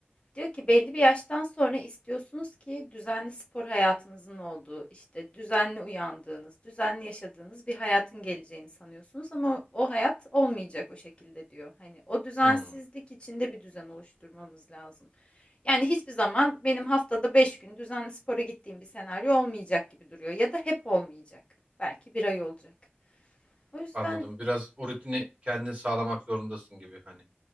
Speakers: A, on the left; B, on the right.
A: Diyor ki belli bir yaştan sonra istiyorsunuz ki düzenli spor hayatınızın olduğu, işte düzenli uyandığınız, düzenli yaşadığınız bir hayatın geleceğini sanıyorsunuz ama o hayat olmayacak o şekilde diyor. Hani o düzensizlik
B: Hmm,
A: içinde bir düzen oluşturmamız lazım. Yani hiçbir zaman benim haftada 5 gün düzenli spora gittiğim bir senaryo olmayacak gibi duruyor ya da hep olmayacak. Belki bir ay olacak. O yüzden
B: anladım biraz o rutini kendin sağlamak zorundasın gibi hani.